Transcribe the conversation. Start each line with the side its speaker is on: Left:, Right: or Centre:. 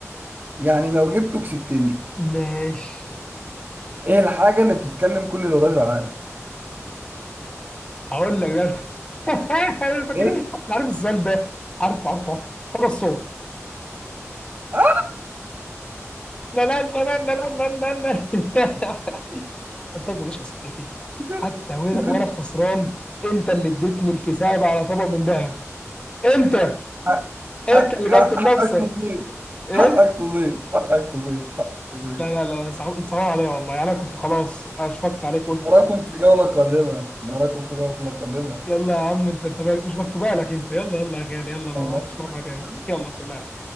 Right: يعني لو جبته كسبتني
Left: ماشي
Right: ايه الحاجة اللي بتتكلم كل لغات العالم؟
Left: هقول لك ده انت <laughs> انا فاكر
Right: ايه؟
Left: انا عارف السؤال ده عارف عارف عارف صدى الصوت
Right: اه
Left: لا لا لا لا لا لا لا لا <laughs> قلت لك ماليش على سكتي
Right: زب
Left: حتى وانا
Right: زب
Left: وانا خسران
Right: زب.
Left: انت اللي اديتني الكساب على طبق من ذهب انت
Right: حق-
Left: انت
Right: حق-
Left: اللي
Right: حق-
Left: جبت بنفسك
Right: حقك تزيد
Left: ايه
Right: حقك تزيد حقك تزيد حقك تزيد
Left: لا لا لا صعب انت صعب عليا والله يعني انا كنت خلاص اشفقت عليك وقلت كت-
Right: نراكم في جولة قادمة نراكم في جولة قادمة
Left: يلا يا عم انت انت مش مكتوبه لك انت يلا يلا يا غالي يلا لو
Right: أنا
Left: ما عدتش
Right: مش
Left: تلعبها
Right: فاكر.
Left: تاني <laughs> يلا سلام